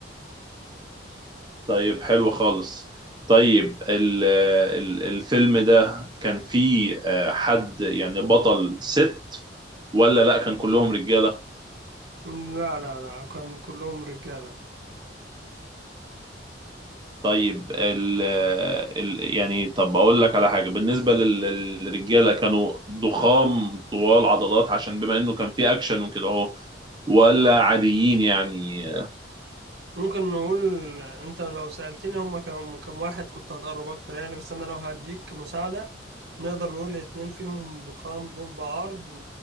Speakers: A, on the right (about 25°); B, on the right (about 65°).
A: طيب حلو خالص طيب ال- ال- الفيلم ده كان فيه آه، حد يعني بطل ست ولا لا كان كلهم رجالة
B: م، لا لا لا كان كلهم رجالة
A: طيب ال ال يعني طب اقول لك على حاجة بالنسبة لل- للرجالة كانوا ضخام طوال عضلات عشان بما انه كان فيه اكشن وكده اهو ولا عاديين يعني
B: ممكن نقول انت لو سألتني هما كم كم واحد كنت هتقرب اكتر يعني بس انا لو هديك مساعدة نقدر نقول اتنين فيهم ضخام طول بعرض و...